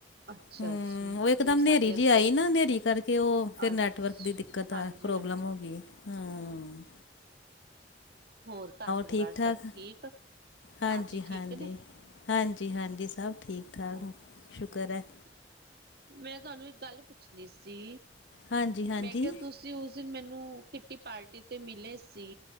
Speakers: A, on the right; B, on the left.
A: ਅੱਛਾ
B: ਹੁਅ
A: ਅੱਛਾ ਨਹੀਂ
B: ਉਹ ਇੱਕ ਦਮ
A: ਸਾਡੇ
B: ਹਨੇਰੀ ਜਿਹੀ
A: ਇੱਧਰ
B: ਆਈ ਨਾ, ਔਹ ਨੇਰੀ ਕਰਕੇ ਉਹ ਫਿਰ
A: ਅੱਛਾ
B: ਨੈਟਵਰਕ ਦੀ ਦਿੱਕਤ ਤਾਂ
A: ਹਾਂਜੀ
B: ਪ੍ਰੋਬਲਮ
A: ਹਾਂਜੀ
B: ਹੋ ਗਈ ਏ ਹਮ।
A: ਹੋਰ ਘਰ ਪਰਿਵਾਰ
B: ਠੀਕ
A: ਸਭ
B: ਠਾਕ
A: ਠੀਕ ਆ,
B: ਹਾਂਜੀ
A: ਭਾਜੀ ਠੀਕ
B: ਹਾਂਜੀ
A: ਨੇ?
B: ਹਾਂਜੀ- ਹਾਂਜੀ ਸਭ ਠੀਕ। ਠਾਕ
A: ਅੱਛਾ
B: ਸ਼ੁਕਰ ਹੈ
A: <inaudible> ਮੈਂ ਤੁਹਾਨੂੰ ਇੱਕ ਗੱਲ ਪੁੱਛਣੀ ਸੀ?
B: ਹਾਂਜੀ ਹਾਂਜੀ
A: ਮੈਂ ਕਿਹਾ ਤੁਸੀਂ ਉਸ ਦਿਨ ਮੈਨੂੰ ਕਿਟੀ ਪਾਰਟੀ ਤੇ ਮਿਲੇ ਸੀ।